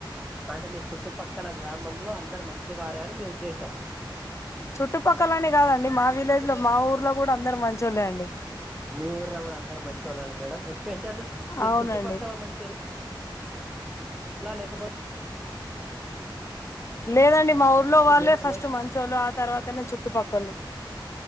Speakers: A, in the centre; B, on the left.
A: అంటే మీ చుట్టుపక్కల గ్రామంలో అందరు మంచి వారే అని మీ ఉద్దేశం
B: చుట్టుపక్కలనే కాదండి మా విలేజ్ లో మా ఊర్లో కూడా అందరు మంచోల్లే అండి
A: మీ ఊర్లో కూడా అందరు మంచి వాళ్ళ మేడం ఎస్పెషల్లీ మీ
B: అవునండి
A: చుట్టుపక్కల మంచి అలా లేకపో
B: లేదండి మా ఊర్లో వాళ్ళే
A: లే-
B: ఫస్ట్
A: లే-
B: మంచోళ్ళు ఆ తర్వాతనే చుట్టుపక్కళ్ళు